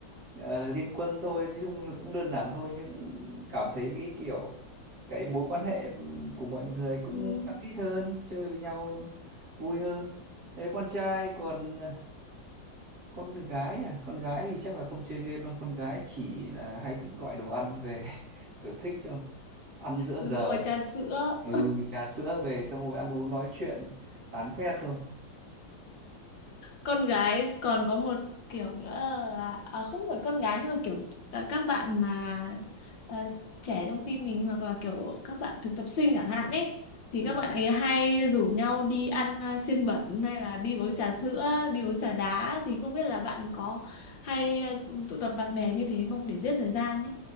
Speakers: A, on the right; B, on the left.
A: ờ, liên quân thôi chứ không cũng đơn giản thôi nhưng cảm thấy cái kiểu cái mối quan hệ của mọi người cũng
B: Ừ,
A: khăng khít hơn chơi với nhau vui hơn đấy con trai còn ờ, con gái à con gái thì chắc là không chơi game đâu con gái chỉ là hay thích gọi đồ ăn về <laughs> sở thích cho ăn giữa
B: đúng
A: giờ
B: rồi trà sữa
A: ừ trà sữa về xong rồi ăn uống nói chuyện tán phét thôi
B: con gái còn có một kiểu nữa là à, không phải con gái nhưng mà kiểu là các bạn mà à, trẻ trong team mình hoặc là kiểu các bạn thực tập sinh chẳng hạn ấy thì
A: ừ.
B: các bạn ấy hay rủ nhau đi ăn à, xiên bẩn hay là đi uống trà sữa đi uống trà đá thì không biết là bạn có hay à, tụ tập bạn bè như thế không để giết thời gian ấy